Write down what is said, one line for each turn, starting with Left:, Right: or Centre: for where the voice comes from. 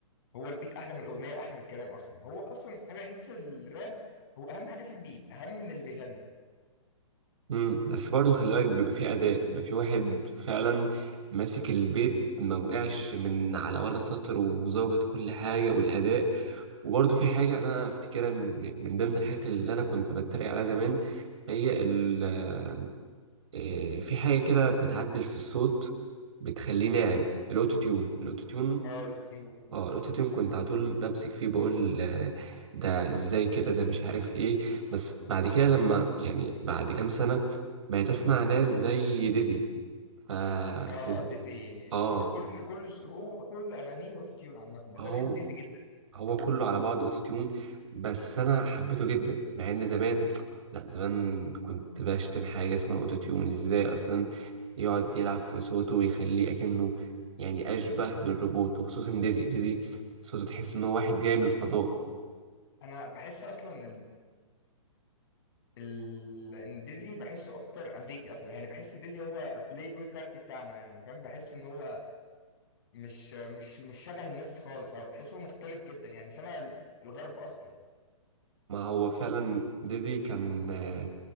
Left: هو البيت أحلى من الأغنية وأحلى من الكلام أصلا هو أصلا بحس الراب هو أهم حاجة في البيت أهم من اللي بيغني
Right: مم. بس برضه خلي بالك بيبقى في أداء بيبقى في واحد فعلا ماسك البيت ما وقعش من على ولا سطر وظابط كل حاجة والأداء وبرضه في حاجة أنا أفتكرها من من ضمن الحاجات اللي أنا كنت بتريق عليها زمان هي ال آه، في حاجة كده بتعدل في الصوت بتخليه ناعم الأوتو تيون الأوتو تيون
Left: أه الأوتوتيون
Right: اه الأوتو تيون كنت على طول بمسك فيه بقول آه، ده إزاي كده ده مش عارف إيه بس بعد كده لما يعني بعد كام سنة بقيت أسمع ناس زي ديزي ف
Left: أه
Right: وب-
Left: ديزي
Right: اه
Left: ده هو كل كل هو كل أغانيه أوتوتيون عامة بس
Right: هو
Left: أنا بحب ديزي جدا
Right: هو كله على بعض اوتو تيون بس انا حبيته جدا مع ان زمان لا زمان كنت بشتم حاجه اسمها اوتو تيون ازاي اصلا يقعد يلعب في صوته ويخليه اكنه يعني اشبه بالروبوت وخصوصا ديزي ديزي صوته تحس ان هو واحد جاي من الفضاء
Left: انا بحس اصلا ال- ديزي بحسه اكتر امريكي اصلا يعني بحس ديزي هو بلاي بوي كارتي بتاعنا يعني فاهم بحس ان هو مش مش مش شبه الناس خالص او بحس هو مختلف جدا يعني شبه ال- الغرب اكتر
Right: ما هو فعلا ديزي كان آه،